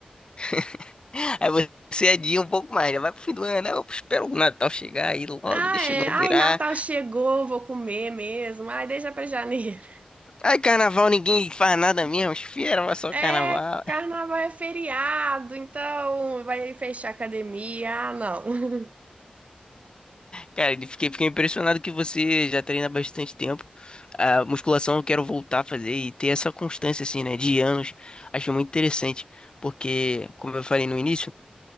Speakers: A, on the left; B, on the right.
A: <laughs> Aí você adia um pouco mais, já vai pro fim do ano, né? Eu espero o Natal chegar aí logo,
B: Ah,
A: deixa
B: é.
A: o ano
B: Ai,
A: virar.
B: Natal chegou, vou comer mesmo. Ai, deixa pra janeiro. <laughs>
A: Ai, carnaval, ninguém faz nada mesmo, espera, mas só
B: É,
A: carnaval.
B: carnaval é feriado, então vai fechar a academia. Ah, não. <laughs>
A: Cara, ele- fiquei, fiquei impressionado que você já treina há bastante tempo. A musculação eu quero voltar a fazer e ter essa constância, assim, né, de anos. Acho muito interessante, porque, como eu falei no início,